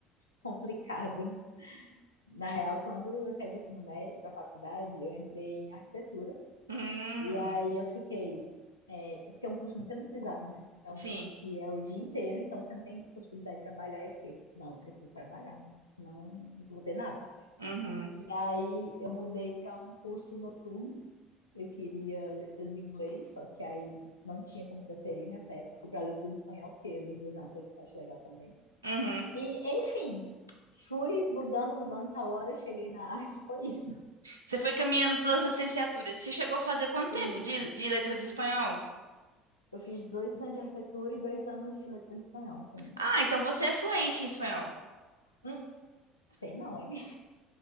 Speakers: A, on the left (about 80°); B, on the right (about 80°).
A: complicado. Na real, quando eu saí do ensino médio para a faculdade, eu entrei em arquitetura.
B: Hum,
A: E aí eu fiquei. É, é porque é um curso muito elitizado, né? É um
B: sim.
A: curso que é o dia inteiro, então você não tem possibilidade de trabalhar. Eu fiquei, não, eu preciso trabalhar, né? senão nunca vou ter nada.
B: Uhum,
A: E aí eu mudei para um curso noturno. Eu queria letras em inglês, só que aí não tinha como transferir nessa época. Fui para letras em espanhol, porque línguas é uma coisa que eu acho legal também.
B: uhum.
A: E, enfim, fui mudando, mudando, tal hora, cheguei na arte, foi isso.
B: Você foi caminhando pelas licenciaturas. Você chegou a fazer quanto
A: Isso.
B: tempo de, de letras em espanhol?
A: Eu fiz dois anos de arquitetura e dois anos de letras em espanhol também.
B: Ah, então você é fluente em espanhol.
A: Hum, sei não, hein?